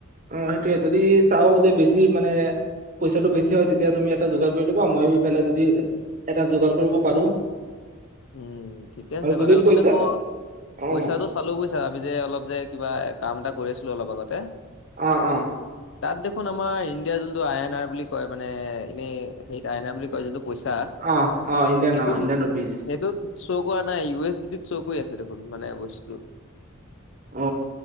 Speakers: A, on the right; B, on the left.
A: উম, সেইটোৱে যদি চাও বোদে বেছি মানে পইচাটো বেছি হয় তেতিয়া তুমি এটা যোগাৰ কৰি ল'বা মই ইফালে যদি এটা যোগাৰ কৰিব পাৰো
B: উম, ঠিকে আছে
A: আৰু যদি
B: বাৰু <unintelligible>
A: পইচা
B: মই
A: অ
B: পইচাটো চালো বুইছা আমি যে অলপ যে কিবা কাম এটা কৰি আছিলো অলপ আগতে।
A: অ', অ',
B: তাত দেখোন আমাৰ ইণ্ডিয়াৰ যোনটো আই এন আৰ বুলি কয় মানে এনেই সেই আই এন আৰ বুলি কয় যিটো পইচা সেইটো
A: অ অ ইণ্ডিয়ান অ ইণ্ডিয়ান ৰুপিজ
B: সেইটোত চৌ কৰা নাই ইউ এছ ডি টোত চৌ কৰি আছে দেখোন মানে বস্তুটো।
A: অ